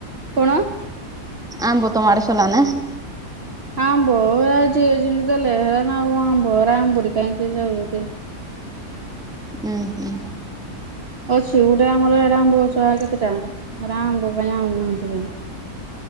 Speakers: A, on the right; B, in the centre.
A: କଣ?
B: ଆମ୍ବ ତମଆଡେ ସରିଲାଣି ନା।
A: ଆମ୍ବ <unintelligible> କିଏ ଯାଉଛନ୍ତି?
B: ଉଁ ହୁଁ।
A: ଅଛି ଗୋଟେ ଆମର ଆରେ ଆମ୍ବ ଗଛ କେତେଟା ଆମ୍ବ ପାଇଁ ଆଣୁନାହାନ୍ତି କାଇଁ।